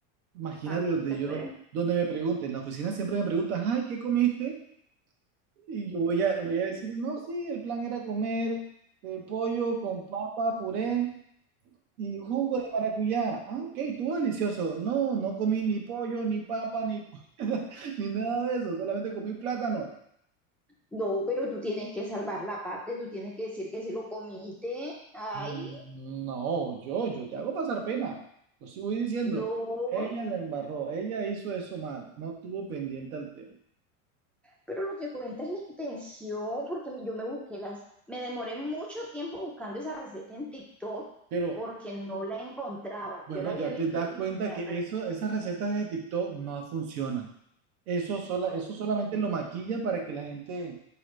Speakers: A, on the right (about 75°); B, in the centre.
A: Imagínate
B: también
A: donde
B: se
A: yo,
B: pueden.
A: donde me pregunten, en la oficina siempre me preguntan, ay, ¿qué comiste? Y yo voy a, voy a decir, no, sí, el plan era comer eh, pollo con papa, puré y jugo de maracuyá. Ah, ok, estuvo delicioso. No, no comí ni pollo, ni papa, ni, <laughs> ni nada de eso, solamente comí plátano.
B: No, pero tú tienes que salvar la patria, tú tienes que decir que sí lo comiste. Ay,
A: "Mm, No, yo, yo te hago pasar pena. Yo sí voy diciendo,
B: no.
A: ella la embarró, ella hizo eso mal, no tuvo pendiente al tema.
B: Pero lo que cuenta es la intención, porque yo me busqué las, me demoré mucho tiempo buscando esa receta en TikTok
A: Pero
B: porque no la encontraba.
A: Bueno,
B: Yo la
A: ya
B: había visto
A: te das
B: y
A: cuenta
B: me
A: que
B: la perdí.
A: eso, esas recetas de TikTok no funcionan. Eso, sola, eso solamente lo maquillan para que la gente